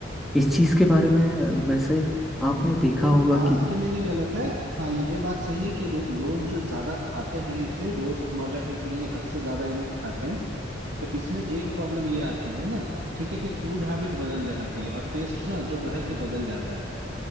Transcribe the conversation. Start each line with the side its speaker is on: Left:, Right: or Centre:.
Centre: इस चीज़ के बारे में वैसे आपने देखा
Right: देखो
Centre: होगा
Right: स्वास्थ्य
Centre: कि
Right: के लिए नहीं गलत है हाँ ये बात सही है कि रो- लोग जो ज्यादा खाते हैं इसे रोजमर्रा की जिंदगी में हद से ज्यादा इन्हें खाते हैं तो इसमें एक प्रॉब्लम ये आती है ना ठीक है कि फूड हैबिट बदल जाती है और टेस्ट ना जो है कि बदल जाता है